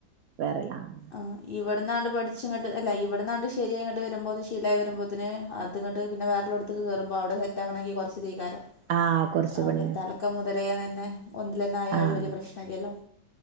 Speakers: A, on the right (about 75°); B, on the left (about 55°).
A: വെറെല്ലാം
B: ആഹ് ഇവട് ഇവിടന്നാണ്ട് പഠിച്ചിങ്‌ട്ട് അല്ല ഇവിടുന്നാണ്ട് ശരിയിങ്ങിട്ട് വരുമ്പോ ശീലായി വരുമ്പോത്തിന് അത്ങ്ട്ട് പിന്നെ വേറെ കേറുമ്പോ അവടെ സെറ്റാ ആവണങ്കിൽ കൊറച്ച് തെകാരം
A: ആഹ് കുറച്ച്
B: ആപ്പൊ
A: പണിയാണ്
B: തലക്കം മുതലേ തന്നെ ഒന്നിലന്നെ ആയാല്
A: ആഹ്
B: വലിയ പ്രശ്നല്ലല്ലോ